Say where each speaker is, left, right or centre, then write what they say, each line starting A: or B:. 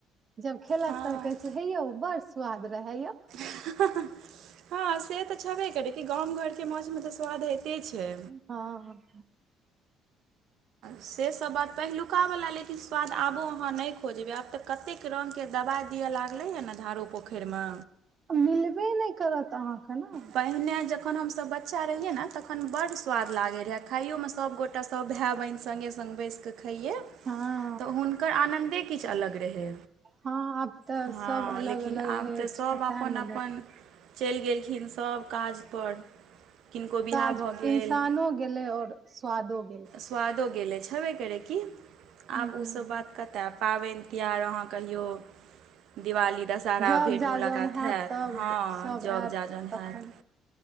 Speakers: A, on the right (about 45°); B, on the right (about 65°).
A: जब खेलक
B: हँ
A: तब कहै छै हे यौ बड़‌ स्वाद रहे यौ
B: हं हं हं हँ से तऽ छेबे करै कि गाम घरके माछमे तऽ स्वाद होइते छै
A: हँ
B: से सब बात पहिलु का वला लेकिन स्वाद आबो अहाँ नइ खोजबै आब तऽ कतेक रंग के दवाइ दिअ लागलै हँ ने धारो पो खरिमे
A: मिलबे नहि करत अहाँके ने
B: पहिने जखन हमसब बच्चा रहियै ने तखन बड्ड स्वाद लागै रहै खाइयोमे सबगोटा सब भाय बहिन सङ्गे सङ्ग बैस क खैयै
A: हँ
B: तऽ हुनकर आनन्दे किछ अलग रहै
A: हँ आब तऽ
B: हँ
A: सब अलग
B: लेकिन
A: अलग
B: आब
A: रहै
B: तऽ
A: छै
B: सभ
A: कतय
B: अपन
A: मिलत
B: अपन चलि गेलखिन सब काजपर किनको बियाह
A: काज
B: भऽ गेल
A: इंसानो गेलै और स्वादो गेलै
B: स्वादो गेलै छेबे करै कि
A: ह
B: आब ओ सब बात कतय पाबनि तिहार अहाँ कहियौ दिवाली दशहरा
A: जग
B: भेंट
A: जाजन
B: मुलाकात
A: हैत
B: हति
A: तब
B: हँ
A: सब
B: जग
A: आयत
B: जाजन
A: तखन
B: होयैत